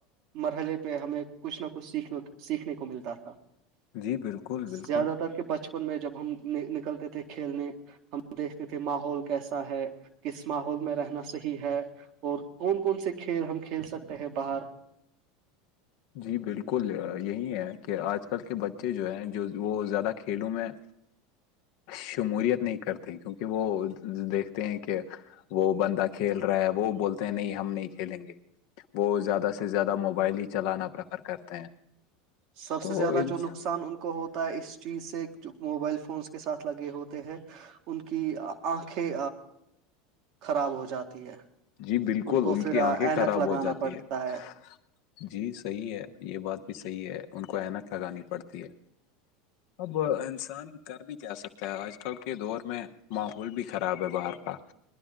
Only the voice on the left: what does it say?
جی بالکل بالکل
جی بالکل یہی ہے کہ آج کل کے بچے جو ہیں جو وہ زیادہ کھیلوں میں
شموورت نہیں کرتے کیونکہ وہ دیکھتے ہیں کہ وہ بندہ کھیل رہا ہے وہ بولتے ہیں نہیں ہم نہیں کھیلیں گے وہ زیادہ سے زیادہ موبائل ہی چلانا پریفر کرتے ہیں
تو
ان-
جی بالکل
ان
کی
آنکھیں
خراب
ہو جاتی
ہے جی صحیح ہے یہ بات بھی صحیح ہے ان کو اینک لگانی پڑتی ہے اب انسان کر بھی کیاا سکتا ہے آج کل کے دور میں ماحول بھی خراب ہے باہر کا